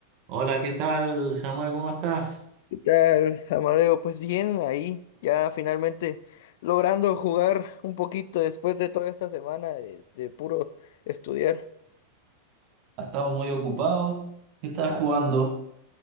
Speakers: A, on the right; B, on the left.
A: Hola, ¿qué tal, Samuel? ¿Cómo estás?
B: ¿Qué tal, Amadeo? Pues bien, ahí ya finalmente logrando jugar un poquito después de toda esta semana de, de puro estudiar.
A: Ha estado muy ocupado. ¿Qué estás jugando?